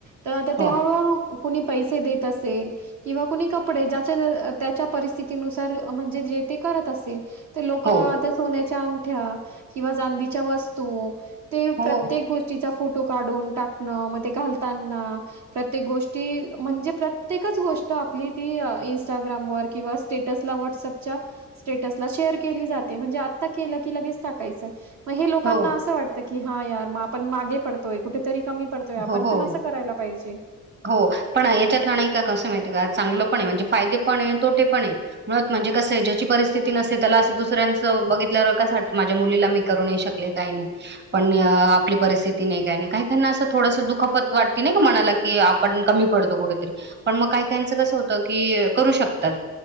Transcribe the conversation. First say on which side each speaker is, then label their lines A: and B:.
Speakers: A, on the right; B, on the right.
A: त आता ते
B: हो
A: हळूहळू कुणी पैसे देत असेल. किंवा कुणी कपडे ज्याच्या त्याच्या परिस्थितीनुसार म्हणजे जे ते करत असेल. ते लोक
B: हो
A: आता सोन्याच्या अंगठ्या किंवा चांदीच्या वस्तू ते
B: हो
A: प्रत्येक गोष्टीचा फोट टो काढून टाकण म ते घालताना प्रत्येक गोष्टी म्हणजे प्रत्येकच गोष्ट आपली ती इंस्टाग्राम वर किंवा स्टेट्स ला व्हाट्स अप च्या स्टेट्स ला शेअर केली जाते म्हणजे आता केल की लगेच टाकायचं म हे लोकांना
B: हो
A: अस वाटत की हा यार म आपण मागे पडतोय कुठेतरी कमी पडतोय आपण
B: हो हो.
A: पण असं करायला पाहिजे.
B: हो पण याच्यात ना नाही का कसं माहिती ये का चांगलं पण आहे म्हणजे फायदे पण आहे तोटे पण आहे. मुळात म्हणजे कसयं ज्याची परिस्थिती नसते त्याला असं दुसऱ्यांचं बघितल्यावर कस वाटतं माझ्या मुलीला मी करू नाय शकले कायं पण आपली परिस्थिती नाही का काहीनायं कायकायांना असं थोडस दुखापत वाटती नाहीका मनाला की आपण कमी पडतो कुठेतरी पण म कायं कायांच कसं होतं की करू शकतात.